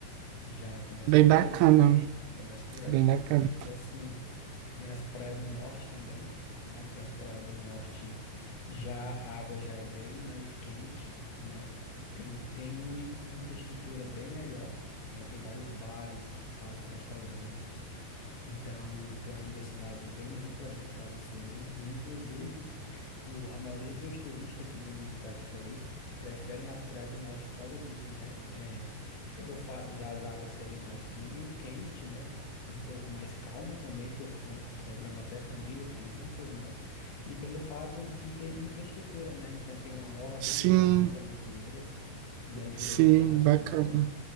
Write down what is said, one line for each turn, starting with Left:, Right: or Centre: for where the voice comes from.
Left: já começa
Right: Bem
Left: por
Right: bacana.
Left: aí. Começa por aí.
Right: Bem bacana.
Left: E assim, tem as praias do norte também, né? Que as praias do norte já a água já é bem mais quente, né? Tem, um, tem uma inf- infraestrutura bem melhor, né? Tem vários bares, vários restaurantes. Então, tem uma diversidade bem ampla, né, para você ali. E, inclusive, o- a maioria dos turistas que vem visitar aqui Floripa f- preferem as praias do norte por causa disso, né? É, pelo fato das águas serem mais quen- quente, né? Um pouco mais calma também, que você con- consegue levar até família, crianças, né? E pelo fato de ter infraestrutura, né? Então tem uma orla
Right: Sim,
Left: bem boa ali em Canasvieiras, né? Jurerê
Right: sim,
Left: Internacional.
Right: bacana.